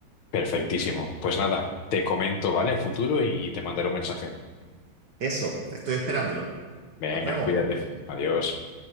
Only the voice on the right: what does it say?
Eso, estoy esperándolo.
Nos vemos.